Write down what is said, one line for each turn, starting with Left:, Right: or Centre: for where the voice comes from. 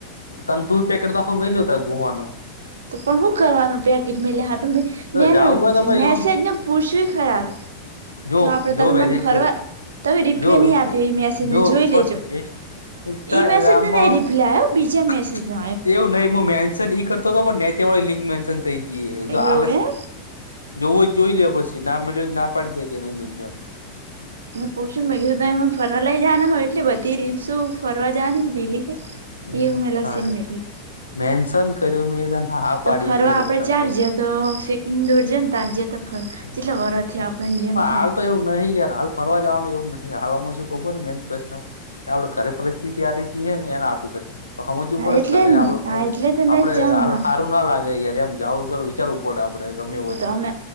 Left: તમ તુર પેકેટ આખું મેલ્યું તન ગોવાનુ
Right: તો પણ શું કરવાનું પેકેટ મેલ્યા મેં મેનો
Left: જાવું હોય તો ભાઈ
Right: મેસેજને
Left: હું
Right: પુશ્યુ એ ખરા
Left: જો
Right: કે આપડે
Left: જો
Right: તમે
Left: મેસેજ
Right: મને ફરવા
Left: જો
Right: તમે રિપ્લે
Left: જો
Right: નહી
Left: ઈ
Right: આપ્યો એ મેસેજને
Left: જો
Right: જોઈ
Left: પણ
Right: લેજો
Left: ઈન ઈન્સ્ટાગ્રામ
Right: ઈ મેસેજને
Left: માં
Right: નહી રિપ્લાય આયો બીજા
Left: <inaudible>
Right: મેસેજનો
Left: એવું નહી હું મેન્શન ઈ કર તો તો નેચે વાળી લિંક મેન્શન થઈ જઈ
Right: આયો
Left: આ
Right: એવું એમ
Left: જોવ જોઈ લે પછી ના મેળ ના પાડી દે કે નહી મેળ એમ
Right: મેં પૂછ્યુંી ત એ ફરવા લઈ જવાના હોય એટલે બધી રીલ શું ફરવા જવાની જ મીલી કે
Left: હમ
Right: એવું મેલા
Left: સારે
Right: સીન મેલું
Left: મેન્શન કર્યું મેં તને હા
Right: તો
Left: પાડી
Right: ફરવા
Left: છે
Right: આપડે
Left: બકા
Right: ચાર
Left: જો
Right: જ તો શેખ હિન્દુ જનતા જ જ તો
Left: હમ
Right: જેટલા વર થી આપણે જીવન
Left: પણ હાલ તો એવું નહિ યાર હાલ ફરવા જવાનું એવું નહીં હળમાં શું ખબર હો ને મેન પ્રશ્ન આપડે ઘરે પરિસ્થિતિ આ રીતની હ ને એના આ હતું તો સમજવું પડે
Right: એટલે
Left: કર
Right: જ ને
Left: આપડ
Right: હા એટલે તો નઈ
Left: આપડે
Right: જ જાવ મારે
Left: સારું ના લાગે યાર એમ જવું કર વિચારવું પડે આપડે ગમે એ મ
Right: તો અમે